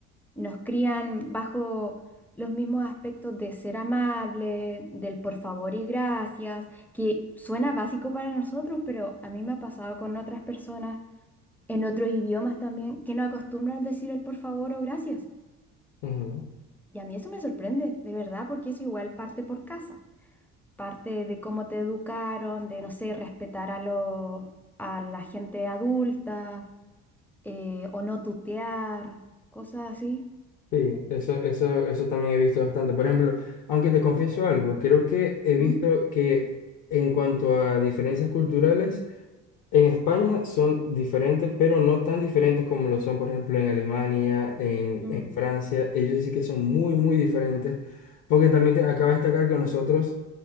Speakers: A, in the centre; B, on the left.
A: nos crían bajo los mismos aspectos de ser amable, del por favor y gracias, que suena básico para nosotros, pero a mí me ha pasado con otras personas en otros idiomas también que no acostumbran decir el por favor o gracias.
B: Ujú.
A: Y a mí eso me sorprende, de verdad, porque eso igual parte por casa, parte de cómo te educaron, de, no sé, respetar a los, a la gente adulta, eh, o no tutear, cosas así.
B: Sí, eso, eso, eso también he visto bastante. Por ejemplo, aunque te confieso algo, creo que he visto
A: ¿Mm?
B: que en cuanto a diferencias culturales, En España son diferentes, pero no tan diferentes como lo son, por ejemplo, en Alemania, en,
A: Mm,
B: en Francia. Ellos sí que son muy, muy diferentes, porque también te, acaba de destacar que nosotros,